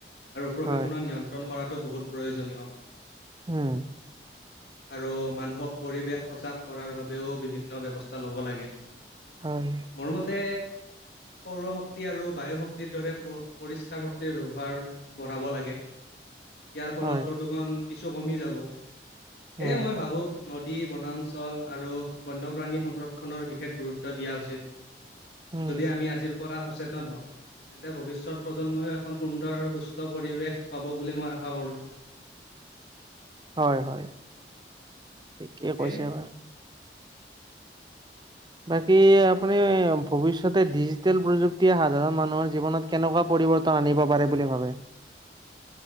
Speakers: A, on the left; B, on the right.
A: আৰু প্ৰদূষণত
B: হয়
A: নিয়ন্ত্ৰণ কৰাটো বহুত প্ৰয়োজনীয়।
B: উম।
A: আৰু মানুহক পৰিৱেশ সজাগ কৰাৰ বাবেও বিভিন্ন ব্যৱস্থা লব লাগে।
B: হয়
A: মোৰমতে। সৌৰ শক্তি আৰু বায়ু শক্তিৰ দৰে পৰিষ্কাৰ শক্তিৰ ব্যৱহাৰ বঢ়াব লাগে। ইয়াৰ ফলত
B: হয়
A: প্ৰদূষণ কিছু কমি যাব এয়ে
B: উম
A: মই ভাবোঁ নদী। নদী বনাঞ্চল আৰু বন্যপ্ৰাণী সংৰক্ষণৰ বিশেষ গুৰুত্ব দিয়া উচিত।
B: উম
A: যদি আমি আজিৰ। পৰা সচেতন হয়, তেন্তে ভৱিষ্যত প্ৰজন্মই এখন সুন্দৰ আৰু সুস্থ পৰিৱেশ পাব বুলি মই আশা কৰোঁ।
B: হয়, হয়, ঠিকেই কৈছে
A: এ
B: আবাৰ বাকী আপুনি ভৱিষ্যতে ডিজিটেল প্ৰযুক্তিয়ে সাধাৰণ মানুহৰ জীৱনত কেনেকুৱা পৰি পৰিৱৰ্তন আনিব পাৰে বুলি ভাবে।